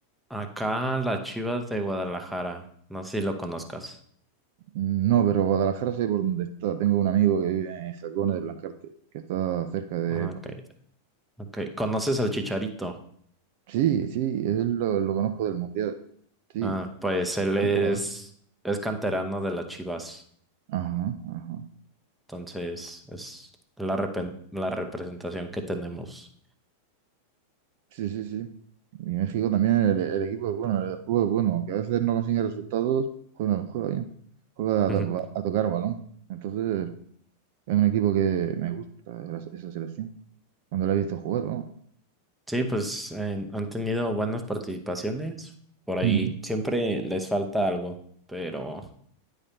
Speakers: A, in the centre; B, on the right.
A: Acá las Chivas de Guadalajara. No sé si lo conozcas.
B: No, pero Guadalajara sé por dónde está. Tengo un amigo que vive en Jacona de Blancarte, que está cerca de
A: Ah,
B: por
A: Ok,
B: ahí.
A: ok. ¿Conoces al Chicharito?
B: Sí, sí, él lo, lo conozco del Mundial. Sí,
A: Ah, pues él es,
B: buen jugador.
A: es canterano de las Chivas.
B: Ajá, ajá.
A: Entonces, es la, repen- la representación que tenemos.
B: Sí, sí, sí. Y México también, el, el equipo es bueno, el juego es bueno, que a veces no consigue resultados, juega, juega bien, juega a,
A: Ujú.
B: to- a tocar balón. Entonces, es un equipo que me gusta esa esa selección, cuando la he visto jugar, ¿no?
A: Sí, pues eh, han tenido buenas participaciones. Por ahí
B: Mm.
A: siempre les falta algo, pero